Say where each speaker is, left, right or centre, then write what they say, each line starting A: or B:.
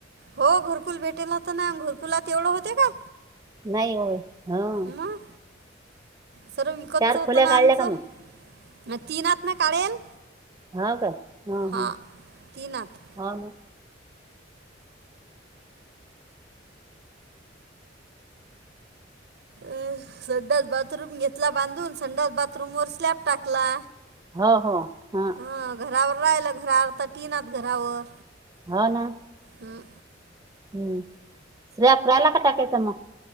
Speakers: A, on the right (about 60°); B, on the right (about 20°).
A: हो घरकुल भेटेल होत ना. घरकुला तेवढं होते का?
B: नाही होय. ह.
A: मग सर्व विकतच
B: चार
A: होतं
B: खोल्या
A: ना
B: काढल्या
A: आमचं.
B: का मग
A: म्या तीनात ना काढेल.
B: हा काय? ह
A: हां
B: ह.
A: तीनात
B: हा मग.
A: अ संडासबाथरूम घेतला बांधून. संडासबाथरूम वर स्लॅप टाकला.
B: हो हो. ह.
A: हा घरावर राहिला. घरावर तर तीनात घरावर.
B: हाव ना.
A: हम्म.
B: हम्म स्लॅप रायला का टाकायचं म?